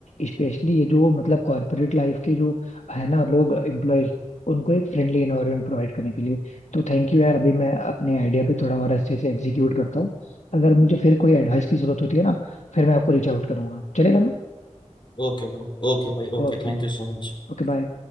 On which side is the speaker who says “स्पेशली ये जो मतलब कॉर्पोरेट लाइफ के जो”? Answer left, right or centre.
Left